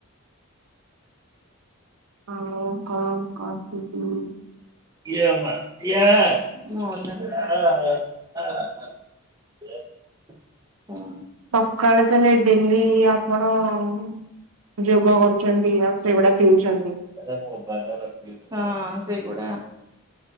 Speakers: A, on the right; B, on the right.
A: ଆଉ କଣ କହିବି ।
B: <unintelligible> ହୁଁ।
A: ସକାଳେ ତାହଲେ ଡେଲି ଆପଣ ଅ ଅ ଯୋଗ କରୁଛନ୍ତି ଆଉ ସେଗୁଡାକ ଟ୍ୟୁସନ୍।
B: ହଁ ସେଇ ଗୋଟେ ଟା।